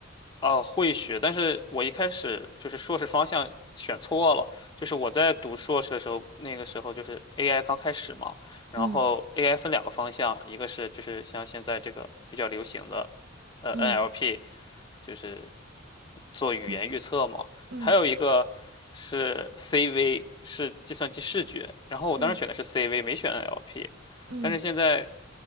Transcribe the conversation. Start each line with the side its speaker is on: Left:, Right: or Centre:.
Left: 啊，会学，但是我一开始就是硕士方向选错了，就是我在读硕士的时候，那个时候就是 AI 刚开始嘛，然后
Right: 嗯
Left: AI 分两个方向，一个是就是像现在这个比较流行的，呃
Right: 嗯
Left: NLP，就是做语言预测嘛，
Right: 嗯嗯
Left: 还有一个是 CV，是计算机视觉，然后我当时选的是
Right: 嗯嗯。嗯
Left: CV，没选 NLP，
Right: 嗯
Left: 但是现在